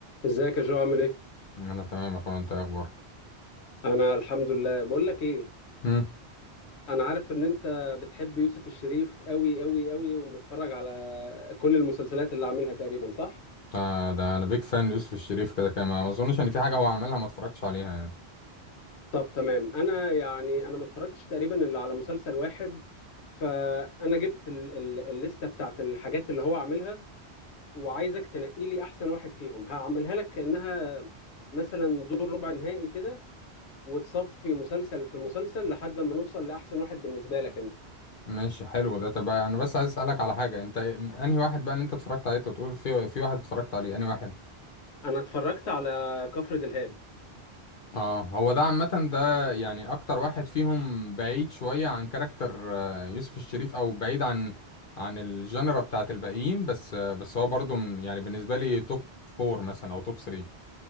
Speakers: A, on the left (about 80°); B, on the left (about 55°).
A: ازيك يا جو عامل ايه؟
B: انا تمام يا اخويا انت إيه اخبارك
A: انا الحمد لله بقول لك ايه
B: امم
A: انا عارف ان انت بتحب يوسف الشريف قوي قوي قوي ومتفرج على كل المسلسلات اللي عاملها تقريبا صح؟
B: آه ده انا بيك فان ليوسف الشريف كده كده ما ما اظنش ان في حاجه هو عملها ما اتفرجتش عليها يعني
A: طب تمام انا يعني انا ما اتفرجتش تقريبا الا على مسلسل واحد فانا جبت ال ال الليسته بتاعت الحاجات اللي هو عاملها وعايزك تنقي لي احسن واحد فيهم هعملها لك كانها مثلا دور ربع نهائي كده وتصفي مسلسل في مسلسل لحد ما نوصل لاحسن واحد بالنسبه لك انت
B: ماشي حلو ده طب انا بس عايز اسالك على حاجه انت إيه- انهي واحد بقى اللي انت اتفرجت عليه أنت بتقول في في واحد اتفرجت عليه انهي واحد
A: انا اتفرجت على كفر دلهاب
B: اه هو ده عامه ده يعني اكتر واحد فيهم بعيد شويه عن كاركتر آه، يوسف الشريف او بعيد عن عن الجنرا بتاعت الباقيين بس آه، بس هو برضو من- يعني بالنسبه لي توب فور مثلا او توب 3